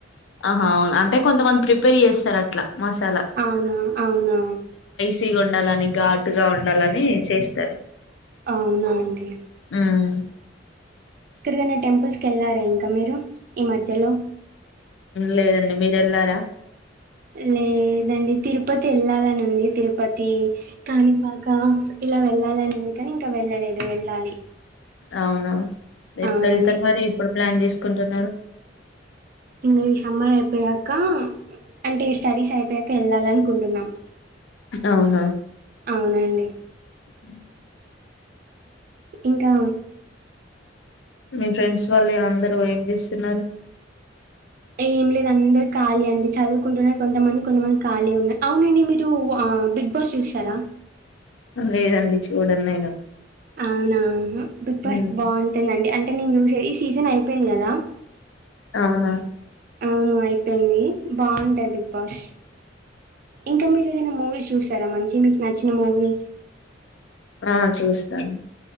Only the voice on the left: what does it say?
ఆహా అవును అంటే కొంతమంది ప్రిపేర్ చేస్తారు అట్లా మసాలా
తీగ ఉండాలని ఘాటుగా ఉండాలని చేస్తారు
ఉమ్
లేదండి మీరేళ్లారా
అవునా ఎప్పుడు
వెళ్తారు మరి ఎప్పుడు ప్లాన్ చేస్త కుంటున్నారు
అవునా
<inaudible>
మీ ఫ్రెండ్స్ వాళ్ళు అందరు ఏం చేస్తున్నారు
లేదండి చూడను నేను
హ్మ్
అవును
ఆ చూస్తాను